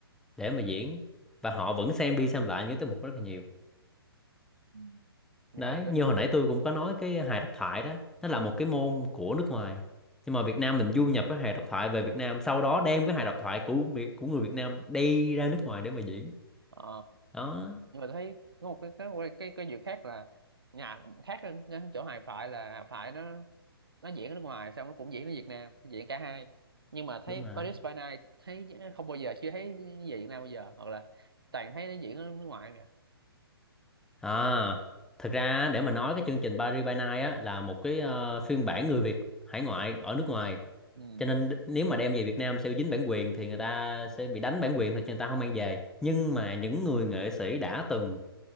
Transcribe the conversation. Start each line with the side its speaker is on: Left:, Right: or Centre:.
Centre: để mà diễn và họ vẫn xem đi xem lại những tiết mục rất là nhiều
Right: Ừ. nhưng
Centre: đấy
Right: mà tôi
Centre: như hồi nãy tôi cũng có nói cái hài độc thoại đó nó là một cái môn của nước ngoài nhưng mà Việt Nam mình du nhập cái hài độc thoại về Việt Nam sau đó đem cái hài độc thoại của Việt của người Việt Nam đi ra nước ngoài để mà diễn
Right: ờ,
Centre: đó
Right: nhưng mà tôi thấy có một cái cái cái cái việc khác là nhà khác hơn cái chỗ Hà Phại là Hà Phại nó nó diễn ở nước ngoài xong nó cũng diễn ở Việt Nam diễn cả hai nhưng mà thấy
Centre: đúng rồi
Right: Paris by night thấy không bao giờ chưa thấy về Việt Nam bao giờ hoặc là toàn thấy nó diễn ở nước ngoài mà
Centre: À, thực ra á, để mà nói cái chương trình Paris by Night á là một cái ờ, phiên bản người Việt hải ngoại ở nước ngoài.
Right: ừ
Centre: Cho nên đ- nếu mà đem về Việt Nam sẽ dính bản quyền thì người ta sẽ bị đánh bản quyền thôi cho người ta không mang về. Nhưng mà những người nghệ sĩ đã từng